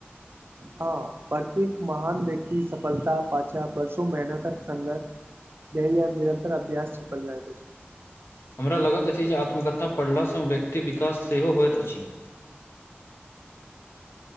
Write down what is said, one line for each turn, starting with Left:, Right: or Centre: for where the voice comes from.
Right: हँ प्रत्येक महान व्यक्ति सफलता पाछा बर्सो मेहनतक संघर्ष धैर्य आ निरतर अभ्यास छीपल रहैत अछि
Left: हमरा लगत अछि जे आत्मकथा पढ़ला सँ व्यक्ति विकास सेहो होयत अछि